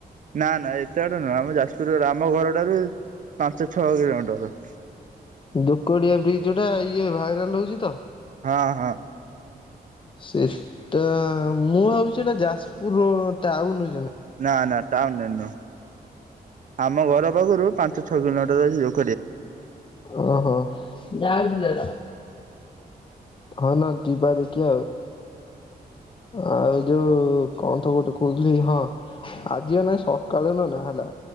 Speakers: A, on the right (about 50°); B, on the left (about 30°).
A: ନା ନା ଏତେ ବାଟ ନୁହଁ। ଆମ ଯାଜପୁର ରୋଡ଼ ଆମ ଘରଠାରୁ ପାଞ୍ଚ ଛଅ କିଲୋମିଟର।
B: ଦୋକଡିଆ ବ୍ରିଜ ଯୋଉଟା ଇଏ ଭାଇରାଲ ହଉଚି ତ।
A: ହଁ ହଁ।
B: ସେ-ଏ-ଟା ମୁଁ ଭାବୁଚି ସେଟା ଯାଜପୁର ରୋ ଟାଉନ
A: ନାଁ ନା ଟାଉନ ନେନୁ ଥ ଆମ ଘର ପାଖରୁ ପାଞ୍ଚ <unintelligible>
B: ଓହୋ। <unintelligible> ହଁ ନା ଯିବା ଦେଖିଆଉ। ଆଉ ଯୋଉ କଣ ତ ଗୋଟେ କହୁଥିଲି ହଁ ଆଜି ନାଇ ସକାଳେ ନନା ହେଲା